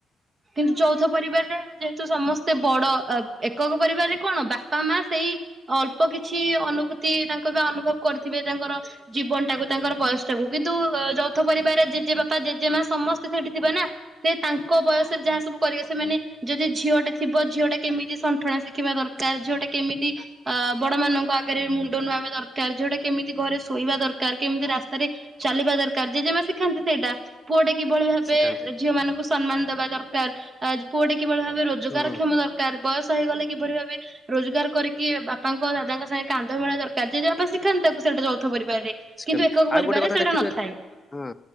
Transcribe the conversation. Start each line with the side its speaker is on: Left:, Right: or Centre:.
Right: କିନ୍ତୁ ଯୌଥ ପରିବାରରେ ଯେହେତୁ ସମସ୍ତେ ବଡ ଏକକ ପରିବାରରେ କଣ ବାପା ମା ସେଇ ଅଳ୍ପ କିଛି ଅନୁଭୂତି ତାଙ୍କ ବା ଅନୁଭବ କରିଥିବେ ତାଙ୍କର ଜୀବନ ଟାକୁ ତାଙ୍କର ବୟସ ଟାକୁ କିନ୍ତୁ ଯୌଥ ପରିବାରରେ ଜେଜେ ବାପା ଯେମା ସମସ୍ତେ ସେଠି ଥିବ ନା ସେ ତାଙ୍କ ବୟସରେ ଯାହା ସବୁ କରିବେ ସେମାନେ ଯଦି ଝିଅଟା ଥିବ ଝିଅଟା କେମିତି ଶଣ୍ଠଣା ଶିଖିବା ଦରକାର ଝିଅଟା କେମିତି ଅ ବଡ ମାନଙ୍କ ଆଗରେ ମୁଣ୍ଡ ନୁଆବା ଦରକାର ଝିଅଟା କେମିତି ଘରେ ଶୋଇବା ଦରକାର କେମିତି ରାସ୍ତାରେ ଚାଲିବା ଦରକାର ଯେେମା ଶିଖାନ୍ତି ସେଇଟା। ପଡ଼ି- କିଭଳି ଭାବେ
Left: ଶ୍ରୀକାନ୍ତି
Right: ଝିଅ ମାନଙ୍କୁ ସମ୍ମାନ ଦେବା ଦରକାର ଆ ପୁଡେ କିଭଳି ଭାବେ ରୋଜଗାର
Left: ହୁଁ
Right: କ୍ଷମ ଦରକାର ବୟସ୍ ହେଇଗଲେ କିଭଳି ଭାବେ ରୋଜଗାର କରିକି ବାପାଙ୍କ ଦାଦାଙ୍କ ସାଙ୍ଗେ କାନ୍ଧ ମିଲେଇବା ଦରକାର ଯେଯା ଥାନ୍ତି ତାକୁ ସେଇଟା ଯୌଥ ପରିବାରରେ
Left: ଶ୍ରୀକାନ୍ତି
Right: କିନ୍ତୁ ଏକକ ପରିବାରରେ
Left: ଆଉ ଗୋଟେ କଥା
Right: ସେଇଟା
Left: ଦେଖିଥିବେ
Right: ନଥାଏ।
Left: ହଁ